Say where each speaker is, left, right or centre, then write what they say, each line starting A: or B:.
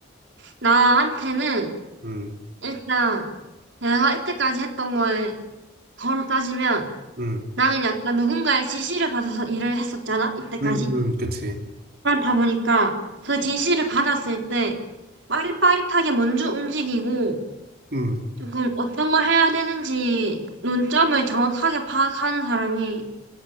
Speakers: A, on the right; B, on the right.
A: 나한테는
B: 음,
A: 일단 내가 이때까지 했던 거에 거로 따지면
B: 음,
A: 나는 약간 누군가의 지시를 받아서 일을 했었잖아, 이때까지.
B: 음, 음, 그치.
A: 그렇다 보니까 그 지시를 받았을 때 빠릿빠릿하게 먼저 움직이고
B: 음,
A: 조금 어떤 걸 해야 되는지 논점을 정확하게 파악하는 사람이